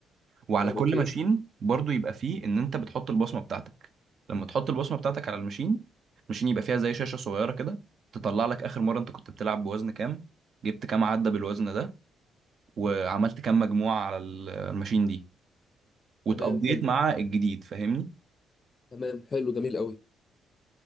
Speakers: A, on the right; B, on the left.
A: وعلى
B: تمام
A: كل
B: اوكي
A: ماشين برضو يبقى فيه ان انت بتحط البصمة بتاعتك لما تحط البصمة بتاعتك على الماشين الماشين يبقى فيها زي شاشة صغيرة كده تطلع لك اخر مرة انت كنت بتلعب بوزن كام جبت كام عدى بالوزن ده وعملت كام مجموعة على ال- الماشين دي واتقضيت
B: تمام حلو
A: مع الجديد فاهمني
B: تمام حلو جميل قوي